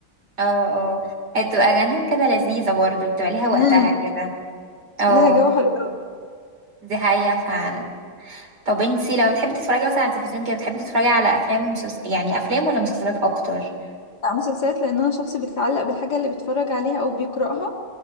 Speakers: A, on the right; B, on the left.
A: اه اه هي بتبقى اغانيهم كده لذيذه برضو بتبقى ليها وقتها
B: مم.
A: كده اه
B: ليها جو حلو قوي
A: دي حقيقه فعلا طب انتي لما بتحبي تتفرجي مثلا على التلفزيون كده بتحبي تتفرجي على افلام ومسلس... يعني افلام ولا مسلسلات اكتر
B: لا مسلسلات لان انا شخص بيتعلق بالحاجه اللي بيتفرج عليها او بيقراها